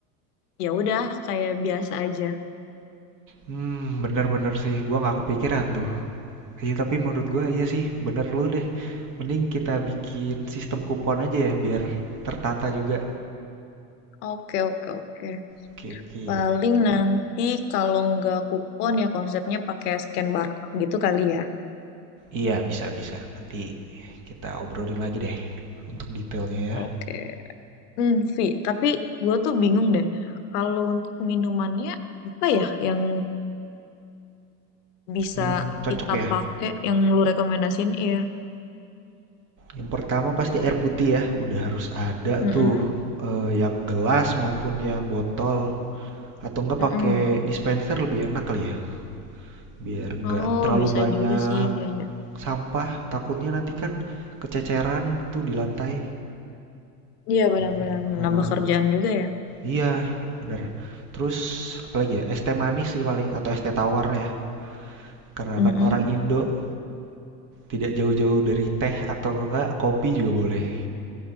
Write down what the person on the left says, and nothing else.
ya udah kayak biasa aja?
Oke, oke, oke.
Paling nanti kalau nggak kupon ya konsepnya pakai scan barcode gitu kali ya.
Oke. Hmm, Vi, tapi gue tuh bingung deh. Kalau untuk minumannya apa ya yang bisa
kita
pakai yang lu rekomendasiin? Iya.
Mm-mm,
mm-mm.
Oh,
bisa
juga sih. Iya, iya.
Iya, benar-benar
nambah kerjaan juga ya.
Mm-mm.